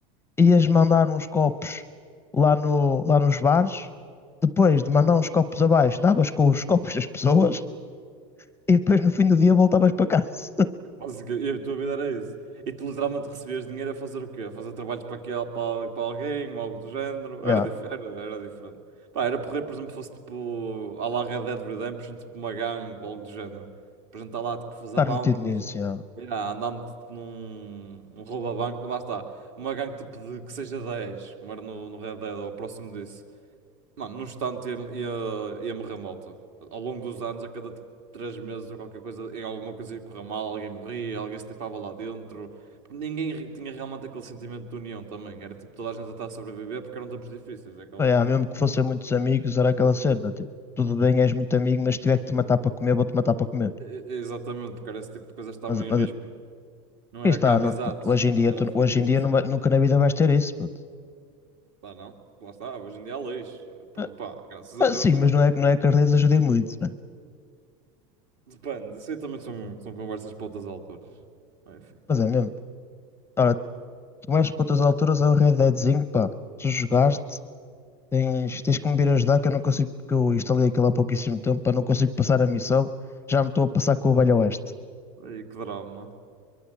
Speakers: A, on the left; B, on the right.
A: ias mandar uns copos lá, no, lá nos bares. Depois de mandar uns copos abaixo, davas com os copos das pessoas e depois no fim do dia voltavas para casa. <laughs>
B: Basica- e a tua vida era isso. E tu literalmente recebias dinheiro a fazer o quê? A fazer trabalhos para, aqui, para, para alguém ou algo do género.
A: Yeah,
B: Era, dif- era, era diferente. Pá, era porrer, por exemplo, fosse tipo à la Red Dead Redemption, tipo uma gangue ou algo do género. Por exemplo, estar lá tipo fazer
A: estar
B: bounties,
A: metido nisso, yeah.
B: yeah, andar-me tipo, num, num roubo a banco, mas lá está. Uma gangue tipo de que seja 10 como era no, no Red Dead ou próximo disso. Mano, num instante ia, ia, ia morrer malta. Ao longo dos anos, a cada t- três meses ou qualquer coisa, em alguma coisa ia correr mal, alguém morria, alguém se tapava lá dentro. Ninguém re- tinha realmente aquele sentimento de união também. Era tipo toda a gente a estar a sobreviver porque eram tempos difíceis, é aquela
A: Pá, yeah,
B: coisa.
A: mesmo que fossem muitos amigos, era aquela cena, tipo, tudo
B: Uhum.
A: bem, és muito amigo, mas se tiver que te matar para comer, vou-te matar para comer.
B: E- Exatamente, porque era esse tipo de coisas que estavam
A: Mas,
B: em
A: mas
B: risco. Não
A: Quem
B: era
A: está
B: cá amizades,
A: no- puto, hoje em dia,
B: era
A: tu-
B: a sobrevivência.
A: hoje em dia numa- nunca na vida vais ter isso, puto.
B: Lá não, lá está, hoje em dia há leis. Pro-
A: Ah,
B: Pá, graças
A: ah,
B: a Deus
A: sim,
B: também.
A: mas não
B: né?
A: é, não é que as redes ajudem muito, né?
B: Depende, isso aí também são, são conversas para outras alturas. Enfim,
A: Mas é mesmo. Ora, tu mais para outras alturas é o Red Deadzinho, pá. Tu jogaste, tens, tens que me vir ajudar, que eu não consigo, porque eu instalei aquilo há pouquíssimo tempo, pá, não consigo passar a missão. Já me estou a passar com o Velho Oeste.
B: aí que drama.